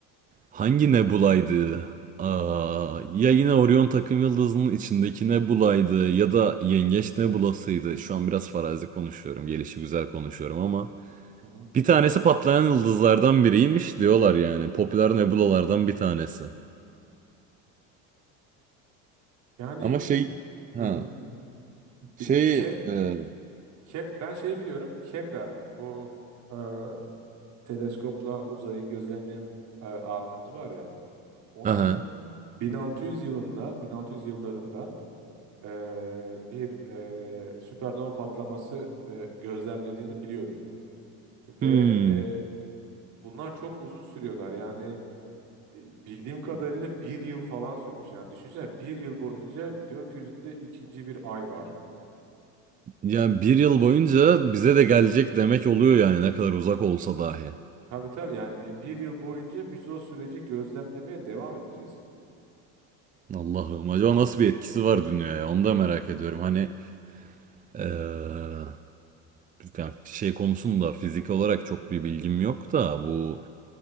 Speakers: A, on the right (about 25°); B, on the right (about 55°).
A: hangi nebulaydı? Aa, ya yine Orion takım yıldızının içindeki nebulaydı ya da Yengeç nebulasıydı. Şu an biraz farazi konuşuyorum, gelişigüzel konuşuyorum ama
B: Hı hı.
A: bir tanesi patlayan yıldızlardan biriymiş diyorlar yani. Popüler nebulalardan bir tanesi.
B: Yani
A: Ama şey ha
B: Hı. bi-
A: şey
B: Kep,
A: e,
B: Kep ben şeyi biliyorum. Kepler bu e, teleskopla uzayı gözlemleyen e, abimiz var ya. Onun
A: aha.
B: 1600 yılında 1600 yıllarında eee, bir eee, süpernova patlaması eee, gözlemlediğini biliyorum. Ve
A: Hmm.
B: eee, bunlar çok uzun sürüyorlar. Yani e, bildiğim kadarıyla bir yıl falan sürmüş. Yani düşünsene bir yıl boyunca gökyüzünde ikinci bir ay var.
A: Yani bir yıl boyunca bize de gelecek demek oluyor yani ne kadar uzak olsa dahi.
B: Tabii tabii yani bir yıl boyunca biz o süreci gözlemlemeye devam edeceğiz.
A: Allah'ım acaba nasıl bir etkisi var dünyaya onu da merak ediyorum. Hani eee, yani şey konusunda fizik olarak çok bir bilgim yok da bu